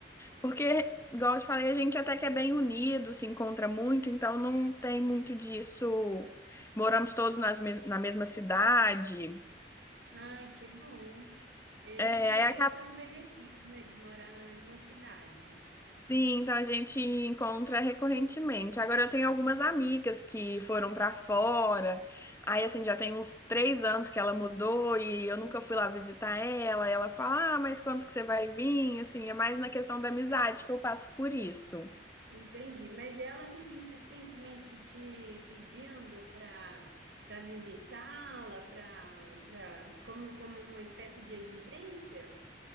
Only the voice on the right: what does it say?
Ai, que bom. Esse
tem,
esse é um benefício, né, de morar na mesma cidade.
Entendi. Mas ela fica insistentemente te pedindo para para visitá-la, para para como como uma espécie de exigência?